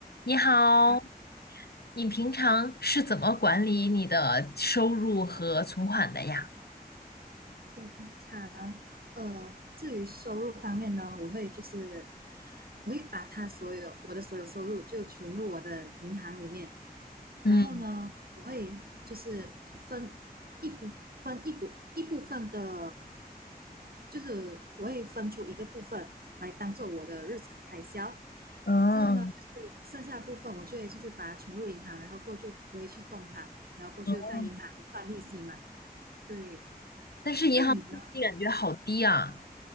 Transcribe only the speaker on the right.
你好，
我平常呃，至于收入方面呢，我会就是我会把它所有我的所有收入就存入我的银行里面，
然后呢，我会就是分一部分一部一部分的，就是我会分出一个部分来当做我的日常开销，
之后呢，就是剩下的部分我就会就是把它存入银行，然后过后就不会去动它，然后过后就在银行赚利息嘛，
对。
那你呢？